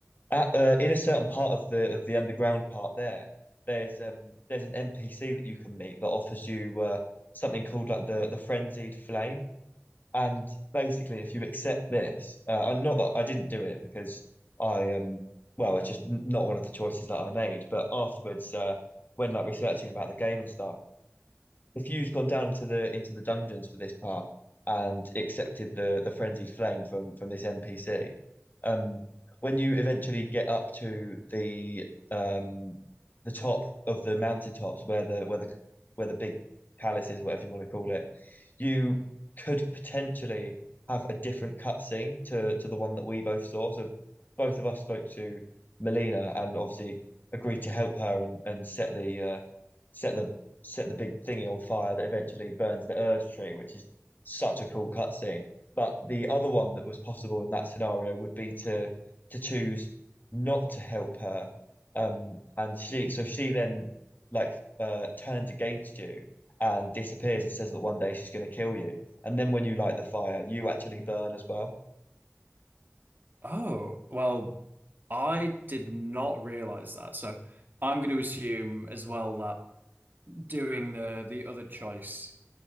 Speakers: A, on the left; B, on the right.
A: at, uh, in a certain part of the of the underground part there, there's um there's an NPC that you can meet that offers you uh something called like the the frenzied flame. And basically, if you accept this, uh, and not that I didn't do it because I um, well, it's just n- not one of the choices that I made. But afterwards, uh, when like researching about the game and stuff, if you'd gone down to the into the dungeons for this part and accepted the the frenzied flame from from this NPC, um, when you eventually get up to the um the top of the mountaintops where the where the where the big palace is, whatever you want to call it you could potentially have a different cutscene to to the one that we both saw. So both of us spoke to Melina and obviously agreed to help her and, and set the uh, set the set the big thingy on fire that eventually burns the urge tree, which is such a cool cutscene. But the other one that was possible in that scenario would be to to choose not to help her, um, and she so she then like uh turns against you and disappears and says that one day she's going to kill you. And then when you light the fire, you actually burn as well.
B: Oh, well, I did not realize that. So I'm going to assume as well that doing the the other choice